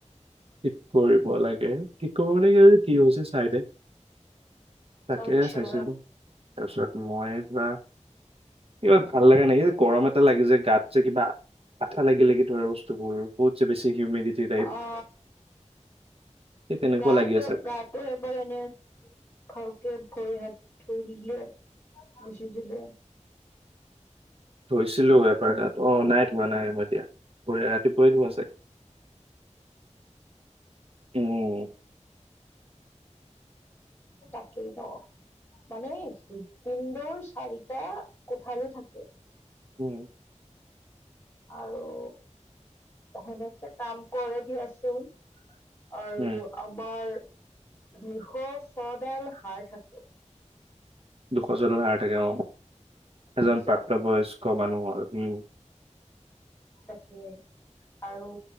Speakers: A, on the right; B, on the left.
A: ঠিক কৰিব লাগে, ঠিক কৰিব মানে কি হৈছে চাই দে। তাকে
B: আচ্ছা
A: চাইছিলো। তাৰপিছত মই ধৰা, এইবাৰ ভাল লাগা নাই। এই যে- গৰম এটা লাগে যে গাত যে কিবা আঠা লাগি লাগি ধৰে বস্তুবোৰ। বহুত যে বেছি হিউমিনিটিটাইপ।
B: অ
A: তেনেকুৱা
B: গাটো
A: লাগি আছে
B: গাটোৱে এবল এনেই- ভালকে ভৰি হাত ধুই দিলে মচি দিলে।
A: ধুইছিলো এবাৰ তাত, অ' নাই ধোৱা নাই হ'ব এতিয়া। ৰাতিপুৱাই ধোৱা চাগে? উম।
B: তাকেই দ। মানে হৃৎপিণ্ডৰ চাৰিটা কোঠালী থাকে।
A: উম'।
B: আৰু সেনেকে কাম কৰে দিয়াচোন। আৰু
A: উম
B: আমাৰ দুশ ছডাল হাড় থাকে।
A: দুশ ছদাল হাড় থাকে অঁ'
B: বুজিছা
A: এজন প্ৰাপ্তবয়স্ক মানুহৰ উম।
B: তাকে, আৰু